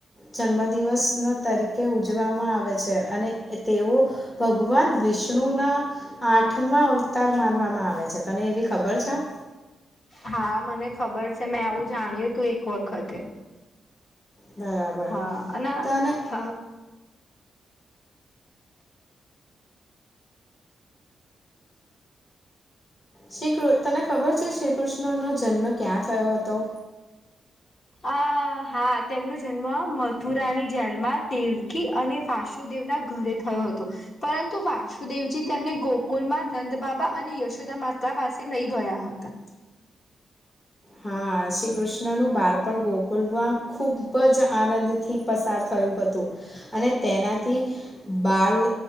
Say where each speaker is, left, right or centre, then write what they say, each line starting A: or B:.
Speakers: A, on the left (about 20°); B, on the left (about 40°).
A: જન્મ દિવસના તરીકે ઉજવામાં આવે છે અને તેઓ ભગવાન વિષ્ણુના આઠમા અવતાર માનવામાં આવે છે તને એવી ખબર છે?
B: હા મને ખબર છે મેં આવું જાણ્યું હતું એક વખતે.
A: બરાબર.
B: હા અને
A: તને
B: હ
A: શ્રીૃ કૃ તને ખબર છે શ્રી કૃષ્ણ નો જન્મ ક્યાં થયો હતો?
B: અ હા તેમનો જન્મ મથુરાની જેલમાં દેવ કી અને વાસુદેવ ના ઘરે થયો હતો. પરંતુ વાસુદેવજી તેમને ગોકુલમાં નંદબાબા અને યશોદા માત્ર પાસે તે લઈ ગયા હતા.
A: હા શ્રી કૃષ્ણનું બાળપણ ગોકુલવા ખૂબ જ આનંદથી પસાર થયું હતું અને તેનાથી બાલ